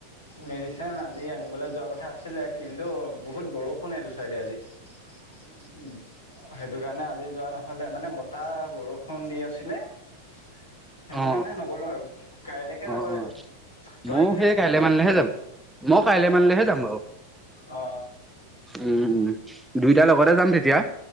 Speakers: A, on the left; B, in the centre.
A: মেডিচন আজি আনিবলৈ যোৱা কথা আছিলে কিন্তু বহুত বৰষুণ এইটো চাইডে আজি। উম। সেইটো কাৰণে আজি যোৱা নহলে মানে বতাহ বৰষুণ দি আছিলে। সেইটো
B: অ
A: কাৰণে, নগলো আৰু কাইলৈকে
B: অ অ
A: যাব লাগিব
B: অ
A: তই
B: ময়ো
A: আনিলেগে
B: সেই
A: নেকি?
B: কাইলে মানলেহে যাম মই কাইলে
A: অ
B: মানিলেহে
A: অ
B: যাম বাৰু।
A: অ
B: উম উম দুইটাৰ লগতে যাম তেতিয়া।